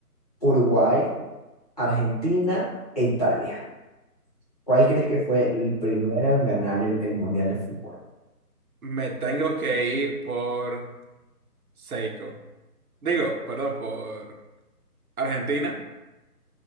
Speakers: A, on the left; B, on the right.
A: Uruguay, Argentina e Italia. ¿Cuál crees que fue el primero en ganar el, el mundial de fútbol?
B: Me tengo que ir por Seiko. Digo, perdón, por Argentina.